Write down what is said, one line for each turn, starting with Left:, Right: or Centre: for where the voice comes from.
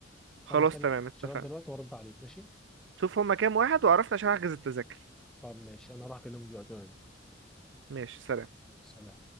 Right: خلاص
Centre: فانا هكلم
Right: تمام
Centre: الشباب
Right: اتفقنا
Centre: دلوقتي وارد عليك ماشي
Right: شوف هما كام واحد وعرفنا عشان احجز التذاكر
Centre: طب ماشي انا هروح اكلمهم دلوقتي
Right: ماشي سلام
Centre: يلا، سلام